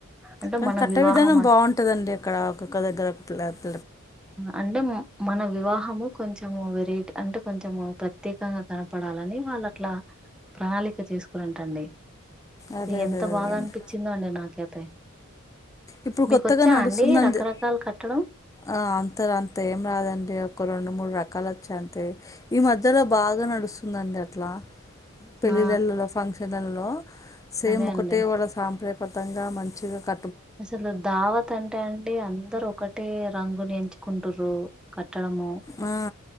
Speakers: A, in the centre; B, on the left.
A: అంటే
B: కని
A: మన
B: కట్టె
A: వివాహం
B: విధానం బాగుంటదండి అక్కడ ఒకక్క దగ్గర ఒక క్లాత్
A: అండి మన వివాహము కొంచము వెరైటీ అంటే కొంచము ప్రత్యేకంగా కనపడాలని వాళ్ళట్ల ప్రణాళిక చేస్కోరంటండి అసలు
B: అదే అదే
A: ఎంత
B: అదేండి
A: బాగా అనిపించిందో అండి నాకైతే
B: ఇప్పుడు
A: మీకొచ్చా
B: కొత్తగా నడుస్తుందండి
A: అండి రకరకాలు కట్టడం
B: ఆ, అంత అంత ఏం రాదండి ఒక రెండు మూడు రకాలు వచ్చి అంతే ఈ మధ్యల బాగా నడుస్తుందండి అట్లా పెళ్ళిలల్లో
A: ఆ
B: ఫంక్షన్లలల్లో సేమ్
A: అదే
B: ఒకటే
A: అండి
B: వాళ్ళ సాంప్రదాయబద్దంగా మంచిగా క
A: అసలు దావత్ అంటే అండి అందరు ఒకటే రంగుని ఎంచుకుంటుర్రు క కట్టడము
B: ఆ, ఆ,